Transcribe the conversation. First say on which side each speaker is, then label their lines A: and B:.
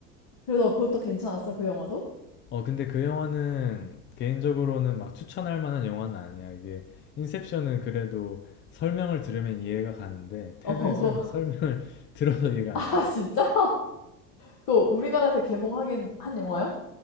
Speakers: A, on the left; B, on the left.
A: 그래서 그것도 괜찮았어 그 영화도?
B: 어, 근데 그 영화는 개인적으로는 막 추천할 만한 영화는 아니야. 이게 인셉션은 그래도 설명을 들으면 이해가 가는데 테넷은
A: 어, 그거.
B: 설명을 <laughs> 들어도 이해가
A: <laughs> 아,
B: 안 가.
A: 진짜? 그거 우리나라에서 개봉하긴 한 영화야?